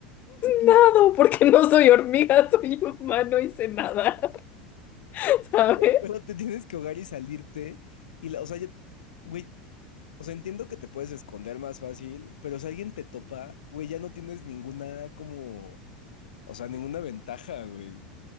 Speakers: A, on the left; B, on the left.
A: Nado, porque no soy hormiga, <laughs> soy humano y sé nadar, <laughs> ¿sabes?
B: pero te tienes que ahogar y salirte. Y la, o sea, ya- güey, o sea, entiendo que te puedes esconder más fácil, pero si alguien te topa, güey, ya no tienes ninguna como, o sea, ninguna ventaja, güey.